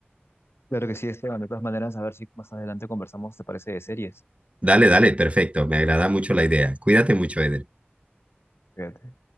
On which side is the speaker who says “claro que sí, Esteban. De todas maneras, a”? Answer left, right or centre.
Left